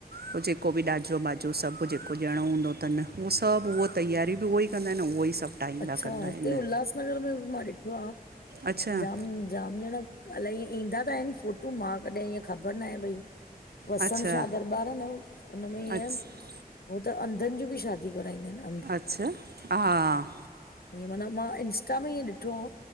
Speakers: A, on the right (about 80°); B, on the left (about 75°).
A: पोइ जेको बि ॾाजो ॿाजो सभु जेको ॾियणो हूंदो तनि, उहो सभु उहो तयारी बि उहे ई कंदा आहिनि उहे ई सभु टाईंदा
B: अच्छा,
A: कंदा
B: हिते
A: आहिनि
B: उल्हासनगर में मां ॾिठो आहे
A: अच्छा
B: जाम जाम ॼणा अलाए ईअं ईंदा त आहिनि, फोटू मां कॾहिं ईअं ख़बर न आहे भई वसण
A: अच्छा
B: शाह दरबार आ न, हुनमें ईअं
A: अच्छा
B: हो त अंधनि जूं बि शादी कराईंदा आहिनि न
A: अच्छा, हा
B: ईअं माना मां इंस्टा में ईअं ॾिठो हो